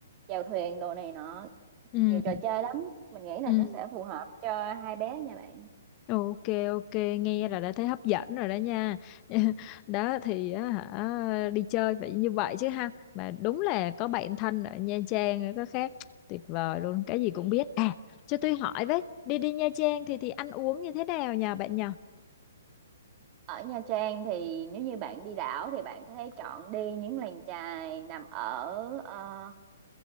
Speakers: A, on the right; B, on the left.
A: chèo thuyền đồ này nọ,
B: ừ,
A: nhiều trò chơi lắm. Mình nghĩ là
B: ừ.
A: nó sẽ phù hợp cho hai bé nha bạn.
B: Ok, ok, nghe là đã thấy hấp dẫn rồi đó nha. <laughs> Đó thì á hả đi chơi phải như vậy chứ ha. Mà đúng là có bạn thân ở Nha Trang nữa có khác. Tuyệt vời luôn, cái gì cũng biết. À, cho tôi hỏi với, đi đi Nha Trang thì thì ăn uống như thế nào nhà bạn nhỉ?
A: ở Nha Trang thì nếu như bạn đi đảo thì bạn có thể chọn đi những làng chài nằm ở ờ,